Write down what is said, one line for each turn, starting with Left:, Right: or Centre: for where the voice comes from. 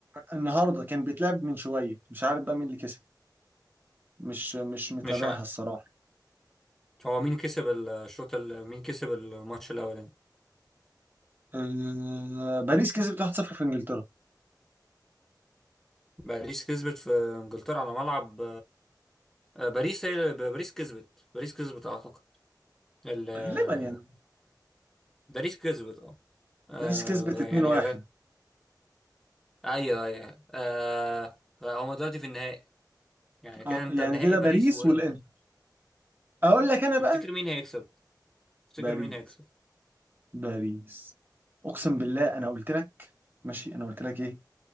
Right: النهارده كان بيتلعب من شويه مش عارف بقى مين اللي كسب مش مش متابعها
Centre: مش ع...
Right: الصراحه
Centre: هو مين كسب الشوط ال- مين كسب الماتش الاولاني
Right: أه... باريس كسبت 1-0 في انجلترا
Centre: باريس كسبت في انجلترا على ملعب آه، باريس هي باريس كسبت باريس كسبت اعتقد ال- آه،
Right: غالبا يعني
Centre: باريس كسبت اه آه،
Right: باريس كسبت
Centre: غ-
Right: 2-1
Centre: يعني غ... ايوه ايوه أيوه. آه، غ- هما دلوقتي في النهائي يعني كده
Right: اه
Centre: انت
Right: يعني
Centre: النهائي
Right: كده
Centre: باريس
Right: باريس
Centre: وانتر
Right: والانتر اقول لك انا بقى
Centre: تفتكر مين هيكسب تفتكر
Right: باريس
Centre: مين هيكسب
Right: باريس اقسم بالله انا قلت لك ماشي انا قلت لك ايه